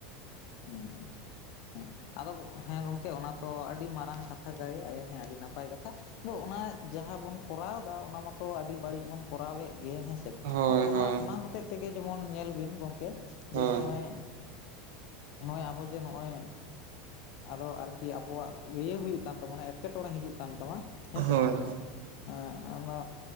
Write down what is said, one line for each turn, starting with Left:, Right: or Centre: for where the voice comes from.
Left: ᱦᱩᱸ ᱦᱩᱸ ᱦᱮᱸ ᱟᱫᱚ ᱦᱮᱸ ᱜᱚᱝᱠᱮ ᱚᱱᱟ ᱛᱚ ᱟᱹᱰᱤ ᱢᱟᱨᱟᱝ ᱠᱟᱛᱷᱟ ᱜᱮ ᱦᱮᱸ ᱟᱹᱰᱤ ᱱᱟᱯᱟᱭ ᱠᱟᱛᱷᱟ ᱫᱚ ᱚᱱᱟ ᱡᱟᱦᱟᱸ ᱵᱚᱱ ᱠᱚᱨᱟᱣᱫᱟ ᱚᱱᱟ ᱢᱟᱛᱚ ᱟᱹᱰᱤ ᱵᱟᱹᱲᱤᱡ ᱵᱚᱱ ᱠᱚᱨᱟᱣᱮᱫ ᱜᱮ ᱦᱮᱸ ᱥᱮ
Right: ᱦᱳᱭ
Left: ᱟᱫᱚ ᱚᱱᱟ
Right: ᱦᱳᱭ
Left: ᱚᱱᱟ ᱦᱚᱛᱮᱡ ᱛᱮᱜᱮ ᱡᱮᱢᱚᱱ ᱧᱮᱞ ᱵᱤᱱ ᱜᱚᱝᱠᱮ
Right: ᱦᱳᱭ
Left: ᱡᱮ ᱱᱚᱜᱼᱚᱭ ᱱᱚᱜᱼᱚᱭ ᱟᱵᱚ ᱡᱮ ᱱᱚᱜᱼᱚᱭ ᱟᱫᱚ ᱟᱨᱠᱤ ᱟᱵᱚᱣᱟᱜ ᱤᱭᱟᱹ ᱦᱩᱭᱩᱜ ᱠᱟᱱ ᱛᱟᱵᱚᱱᱟ ᱮᱸᱴᱠᱮᱴᱚᱬᱮ ᱦᱤᱡᱩᱜ ᱠᱟᱱ ᱛᱟᱢᱟ ᱦᱮᱸ
Right: ᱦᱳᱭ
Left: ᱥᱮ ᱮᱸᱜ ᱚᱱᱟ